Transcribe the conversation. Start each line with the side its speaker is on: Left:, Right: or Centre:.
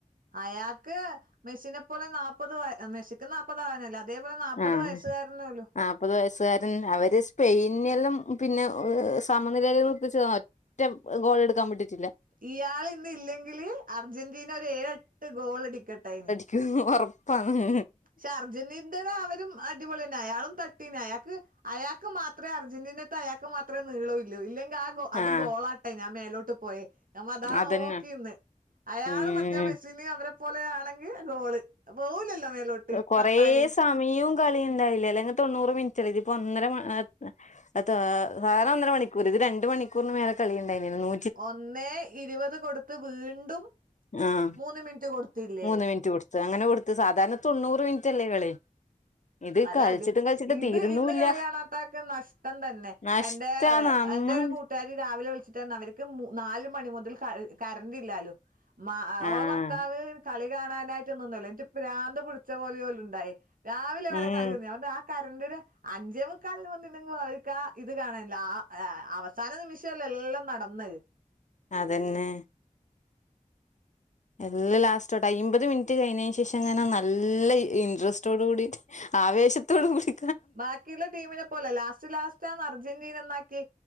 Right: അയാക്ക് മെസിനെ പോലെ നാപ്പത് വ മെസിക്ക് നാപ്പതാവാനായ്ല്ലെ അ അതേപോല നാപ്പത്
Left: ആഹ്
Right: വയസ്സുകാരനോലും
Left: നാപ്പത് വയസ്സുകാരൻ അവര് സ്പെയിനിലും പിന്നെ സമനിലയിൽ നിർപ്പിച്ചതോ റ്റം ഗോളെടുക്കാൻ വിട്ടിട്ടില്ല
Right: ഇയാള് ഇന്ന ഇല്ലെങ്കില് അർജന്റീന ഒര് ഏഴെട്ട് ഗോളടിക്കട്ടേയിന്
Left: ക്ക് ഒറപ്പാണ്
Right: പക്ഷെ അർജന്റീനൻ്റെ അവരും അടിപൊളിന്നെ അയാളും തട്ടീനി അയാക്ക് അയാക്ക് മാ ത്രേ അർജന്റീനത്തെ അയാക്ക് മാത്രേ നീള ഇല്ലോ ഇല്ലെങ്കി ആ അത്
Left: ആഹ്
Right: ഗോളാട്ടേ ആ മേലോട്ട് പോയേ നമ്മതാ
Left: അതന്നെ
Right: നോക്കിന്ന് അയാള്
Left: ഉം
Right: മറ്റേ മെ സിനെ അവരെ പോലെ ആണെങ്കി ഗോള് പോവൂലല്ലോ മേലോട്ട്
Left: കൊറെ
Right: തട്ടാന്
Left: സമയും കളിണ്ടായില്ലേ അല്ലെങ്കി തൊണ്ണൂറ് മിൻറ്റല്ലെ ഇത് ഇപ്പൊ ഒന്നര മ അതാ സാധാരണ ഒന്നര മണിക്കൂറ് ഇത് രണ്ട് മണിക്കൂറിന് മേലെ കളിയുണ്ടായിനല്ലോ നൂ
Right: ഒന്നേ ഇരുപത് കൊട്ത്ത് വീണ്ടും
Left: ആഹ്
Right: മൂന്ന് മിൻറ്റ് കൊടുത്തില്ലേ
Left: മൂന്ന് മിനിറ്റ് കൊടുത്ത് അങ്ങനെ കൊട്ത്ത് സാധാരണ തൊണ്ണൂറ് മിൻറ്റല്ലേ കളി ഇത്
Right: നല്ല
Left: കളിച്ചിട്ടും
Right: അടി
Left: കളിച്ചിട്ട്
Right: ഇത്
Left: തീരുന്നൂല്ല
Right: ഇന്ന് കളി കാണാത്താക്ക നഷ്ടം തന്നെ
Left: നഷ്ടാ
Right: എൻ്റെ
Left: നമ്മൾ
Right: എന്റൊരു കൂ ട്ടാരി രാവിലെ വിളിച്ചിട്ടർഞ്ഞു അവര്ക്ക് നാല് മണി മുതൽ കർ കറണ്ട് ഇല്ലാലോ ഓളെ
Left: ആഹ്
Right: ഭർത്താവ് കളി കാണാനായി ഇന്റ ഭ്രാന്ത് പിടിച്ച പോലെ ഓല് ണ്ടായിയി രാവിലെ വരെ
Left: ഉം
Right: കളി തീർന്ന് ഞാൻ പറഞ് ആഹ് കരന്റ് നാ അഞ്ചേമുക്കാല്ന് വന്ന് <unintelligible> തല നിമിഷ ല്ലെ എല്ലാംനടന്ന്
Left: അതന്നെ എല്ല ലാസ്റ്റോട്ട് അമ്പത് മിനിറ്റ് കഴിഞ്ഞതിനന് ശേഷം അങ്ങനെ നല്ല ഇൻട്രസ്റ്റോട് കൂടിട്ട് ആവേശത്തോട്കൂടി.
Right: ബാക്കിയുള്ള ടീമിനെ പോലെ ലാസ്റ്റ് ലാസ്റ്റ്. അർജന്റീന എന്നാക്കി